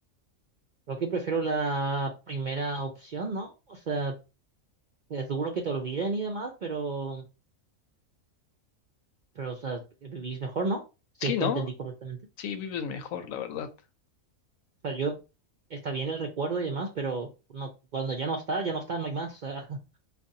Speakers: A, on the right (about 60°); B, on the left (about 80°).
A: creo que prefiero la primera opción, ¿no? O sea, es duro que te olviden y demás, pero, pero, o sea, vivís mejor, ¿no? Si
B: Sí,
A: es que
B: ¿no?
A: entendí correctamente.
B: Sí, vives mejor, la verdad.
A: sea, yo está bien el recuerdo y demás, pero no, cuando ya no está, ya no está, no hay más. O sea, <laughs>